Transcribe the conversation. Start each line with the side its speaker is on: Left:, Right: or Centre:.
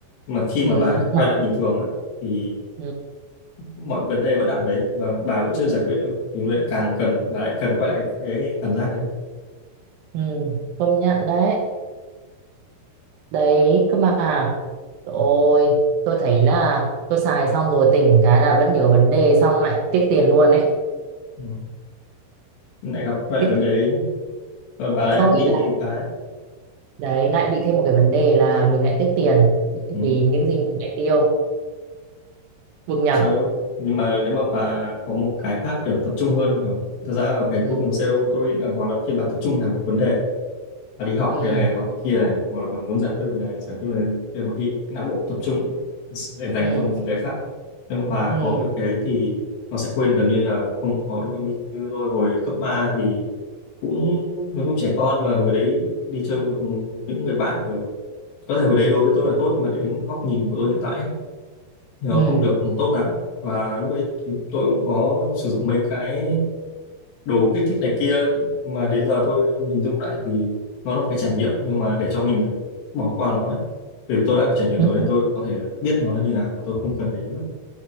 Left: mà khi
Right: Ừ.
Left: mà bà
Right: Mà...
Left: quay lại bình thường á thì
Right: Ừ.
Left: mọi vấn đề vẫn ở đấy mà bà vẫn chưa giải quyết được thì mới càng cần bà lại cần quay lại cái, cái cảm giác đấy
Right: Ừ. công nhận đấy đấy cơ mà ôi tôi thấy là tôi xài xong rồi tỉnh cái là vẫn nhớ vấn đề xong lại tiếc tiền luôn ấy
Left: ừ. lại gặp quay
Right: tiếc
Left: lại vấn đề đấy và bà lại
Right: không
Left: bị
Right: ý là
Left: cái
Right: đấy lại bị thêm một cái vấn đề là mình lại tiếc tiền
Left: ừ.
Right: vì những gì mình lại tiêu bực nhở
Left: sao đâu nhưng mà nếu mà bà có một cái khác kiểu tập trung hơn kiểu thật ra ở cái
Right: ừ
Left: cuối cùng serotonin là- hoặc là khi bà tập trung làm một vấn đề bà đi học
Right: ừ
Left: cái này học cái kia này hoặc là bà muốn giải quyết vấn đề này giải quyết vấn đề để mà khi cái não bộ tập trung ấy, để dành
Right: ừ
Left: cho một vấn đề khác nếu mà bà
Right: ừ
Left: có được cái đấy thì nó sẽ quên gần như là không có dopamine như tôi hồi cấp 3 thì cũng nó cũng trẻ con mà hồi đấy đi chơi cùng những người bạn kiểu có thể hồi đấy đối với tôi là tốt mà đến góc nhìn của tôi hiện tại ấy, thì nó
Right: ừ
Left: không được tốt lắm và lúc ấy thì tôi cũng có sử dụng mấy cái đồ kích thích này kia mà đến giờ tôi hình dung lại thì nó là một cái trải nghiệm nhưng mà để cho mình phải bỏ qua nó ấy vì tôi đã trải nghiệm
Right: ừ,
Left: rồi nên tôi có thể biết nó là như nào và tôi không cần đến nữa